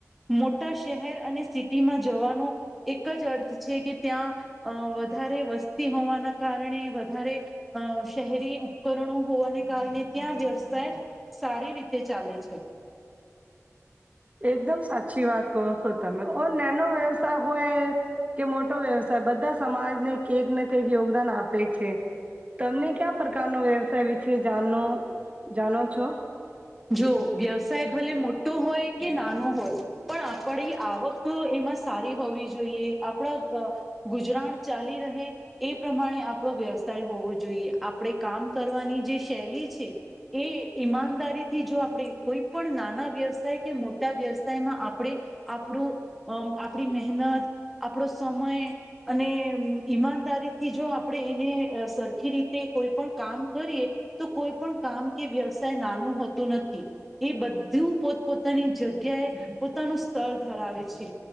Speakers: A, in the centre; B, on the right.
A: મોટા શહેર અને સિટીમાં જવાનો એક જ અર્થ છે કે ત્યાં અ વધારે વસ્તી હોવાના કારણે વધારે અ શહેરી ઉપકરણો હોવાને કારણે ત્યાં વ્યવ સાય સારી રીતે ચાલે છે.
B: એકદમ સાચી વાત કહો છો તમે ઓ નાનો વ્યવસાય હોય કે મોટ ટો વ્યવસાય બધા સમાજને કંઈકને કઈક યોગદાન આપે છે, તમને ક્યા પ્રકારનો વ્યવસાય વિશે જાણનો જાણો છો
A: જો વ્યવસાય ભલે મોટો હોય કે નાનો હોય પણ આપણી આવક એમાં સારી હોવી જોઈએ આપણા ગુજરાન ચાલી રહે એ પ્રમાણે આપણો વ્યવસાય હોવો જોઈએ આપણે કામ કરવાની જે શૈલી છે એ ઈમાનદારીથી જો આપણે કોઈ પણ નાના વ્યવસાય કે મોટા વ્યવસાયમાં આપણે આપણું અ આપણી મહેનત આપણો સમય અને ઈમાનદારીથી જો આપણેે એને સરખી રીતે કોઈ પણ કામ કરીએ તો કોઈ પણ કામ કે વ્યવસાય નાનું હોતું નથી. એ બધું પોત પોતાની જગ્યાએ પોતાનું સ્તર ધરાવે છે,